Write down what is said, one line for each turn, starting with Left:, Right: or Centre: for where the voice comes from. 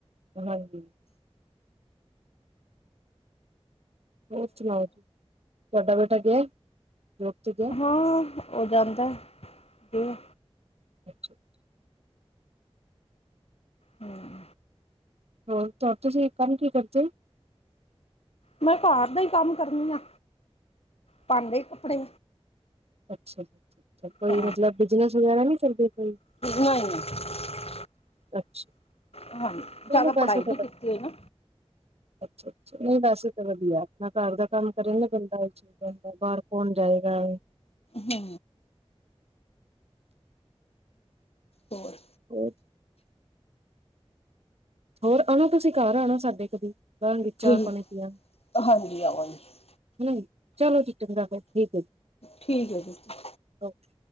Right: ਹਾਂਜੀ ਹੋਰ ਸੁਣਾਓ, ਤੁਹਾਡਾ ਬੇਟਾ ਗਯਾ ਐ ਡਾਕ੍ਟਰ ਦੇ
Left: ਹਾਂ ਔ ਜਾਂਦਾ ਜਿੱਵੇਂ
Right: ਅੱਛਾ ਅੱਛਾ
Left: ਹਮ
Right: ਹੋਰ ਤੁਸੀਂ ਕੰਮ ਕੀ ਕਰਦੇ ਹੋ
Left: ਮੈਂ ਘਾਰ ਦਾ ਈ ਕੰਮ ਕਰਨੀ ਆ ਪਾਡੇਂ ਕੱਪੜੇ
Right: ਅੱਛਾ ਕੋਈ
Left: ਹਾਂ
Right: ਮਤਲਬ ਬਿਜਨਸ ਵਗੈਰਾ ਨੀ ਕਰਦੇ ਕੋਈ
Left: ਨਹੀਂ ਨਹੀਂ <inaudible>
Right: ਅੱਛਾ,
Left: ਹਾਂਜੀ
Right: ਚਲੋ
Left: ਜ਼ਿਆਦਾ
Right: ਪੈਸੇ
Left: ਪੜ੍ਹਾਈ
Right: ਖ਼ਤਮ
Left: ਨਹੀਂ ਕੀਤੀ ਹੈ ਨਾ
Right: ਅੱਛਾ ਅੱਛਾ ਨਹੀਂ ਵੈਸੇ ਤਾਂ ਵਧੀਆ ਆਪਣਾ ਘਰ ਦਾ ਕੰਮ ਕਰੇ ਨਾ ਬੰਦਾ ਵੇਖੋ ਬਾਹਰ ਕੋਣ ਜਾਏਗਾ
Left: ਹੂ ਹੋਰ
Right: ਹੋਰ ਹੋਰ ਆਉਣਾ ਤੁਸੀ ਘਾਰ ਆਉਣਾ ਸਾਡੇ ਕਦੀ, ਬਾਹਾਂਗੇ ਚਾਹ
Left: ਠੀਕ
Right: ਪਾਣੀ ਪਿੱਆਂਗੇ
Left: ਹਾਂਜੀ ਆਵਾਂਗੇ
Right: ਹੈਨਾ ਜੀ, ਚਲੋ ਜੀ ਚੰਗਾ ਫਿਰ, ਠੀਕ ਹੈ ਜੀ
Left: ਠੀਕ ਹੈ ਜੀ
Right: ਔਕੇ